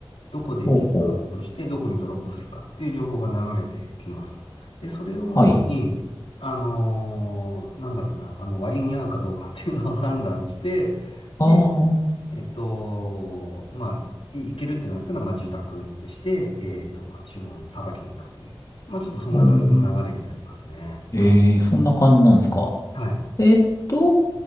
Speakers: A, on the left; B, on the left.
A: どこでピックアップして、
B: ほうほう。
A: どこにドロップするかっていう情報が流れてきます。で、それをもとに、
B: はい。
A: あのーなんだろうな、あの、割に合うかどうかっていうのを判断して、で、
B: ああ、お
A: えっと、まあ、い、いけるってなったら、まあ、受託ってして、えっと、まあ、注文、さばきに行くっていう。まあ、ちょっとそんな感じの流れになりますね。
B: ーええ、
A: はい。
B: そんな感じなんですか。
A: はい。
B: えっと、